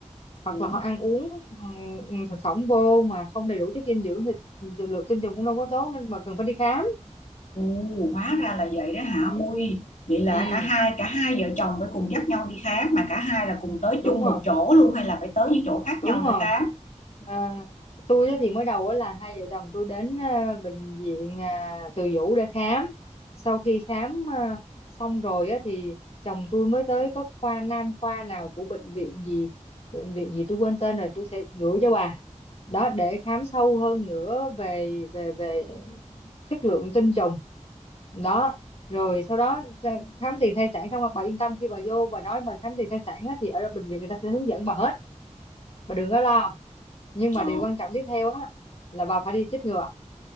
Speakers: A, on the left; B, on the left.
A: hoặc
B: Ủa,
A: là họ ăn uống ừm, thực phẩm vô mà không đầy đủ chất dinh dưỡng thì lượng tinh trùng cũng đâu có tốt nên mà cần phải đi khám
B: ồ, hóa ra là vậy đó hả
A: ừ,
B: Ui vậy là
A: ừ,
B: cả hai cả hai vợ chồng phải cùng dắt nhau đi khám Mà cả hai là cùng tới
A: đúng
B: chung
A: rồi
B: một chỗ luôn Hay là phải tới những chỗ khác
A: đúng
B: nhau
A: rồi
B: để khám
A: à, tôi á thì mới đầu á là hai vợ chồng tôi đến à, bệnh viện à, Từ Dũ để khám sau khi khám à, xong rồi á thì chồng tôi mới tới có khoa nam khoa nào của bệnh viện gì bệnh viện gì tôi quên tên rồi tôi sẽ gửi cho bà đó để khám sâu hơn nữa về về về chất lượng tinh trùng đó rồi sau đó ra- khám tiền thai sản xong bà yên tâm khi bà vô bà nói bà khám tiền thai sản á, thì ở bệnh viện người ta sẽ hướng dẫn bà hết bà đừng có lo nhưng mà
B: Ờ
A: điều quan trọng tiếp theo á là bà phải đi chích ngừa